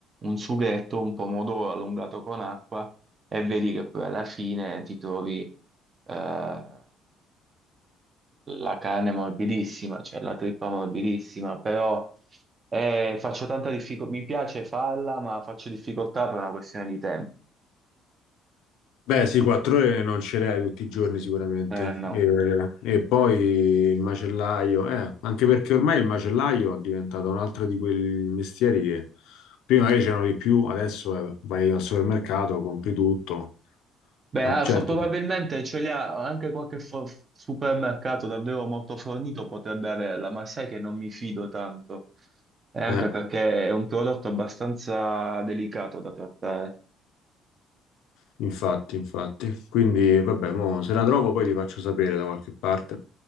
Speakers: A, on the right (about 25°); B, on the left (about 75°).
A: un sughetto, un pomodoro allungato con acqua e vedi che poi alla fine ti trovi eh, la carne è morbidissima, cioè la trippa morbidissima, però eh, faccio tanta difficoltà, mi piace farla, ma faccio difficoltà per una questione di tempo.
B: Beh, sì, quattro ore non ce l'hai tutti i giorni sicuramente.
A: Eh, no.
B: E, e poi il macellaio, eh, anche perché ormai il macellaio è diventato un altro di quei mestieri che prima magari c'erano di più, adesso eh, vai al supermercato, compri tutto.
A: Beh,
B: Ah,
A: ah,
B: certo,
A: fo- probabilmente ce li ha anche qualche fo- supermercato davvero molto fornito potrebbe averla, ma sai che non mi fido tanto, e anche
B: eh,
A: perché è un prodotto abbastanza delicato da trattare.
B: infatti, infatti. Quindi, vabbè, mo, se la trovo poi ti faccio sapere da qualche parte.